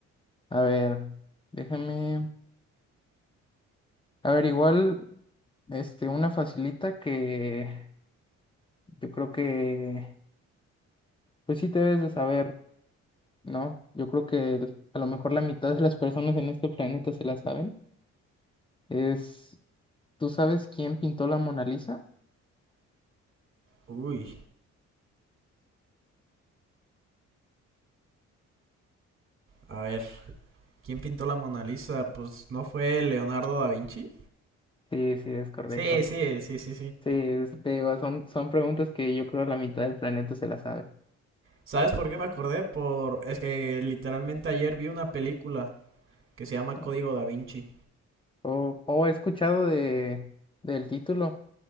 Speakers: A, on the left; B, on the right.
A: A ver, déjame. A ver, igual, este, una facilita que yo creo que, pues sí te debes de saber, ¿no? Yo creo que el- a lo mejor la mitad de las personas en este planeta se la saben. Es, ¿tú sabes quién pintó la Mona Lisa?
B: Uy, a ver, ¿quién pintó la Mona Lisa? Pues no fue Leonardo da Vinci.
A: Sí, sí, es correcto.
B: Sí, sí, sí, sí, sí.
A: Sí, es- te digo son, son preguntas que yo creo la mitad del planeta se las sabe.
B: ¿Sabes por qué me acordé? Por es que literalmente ayer vi una película que se llama
A: O,
B: Código Da Vinci.
A: o- o he escuchado de, del título,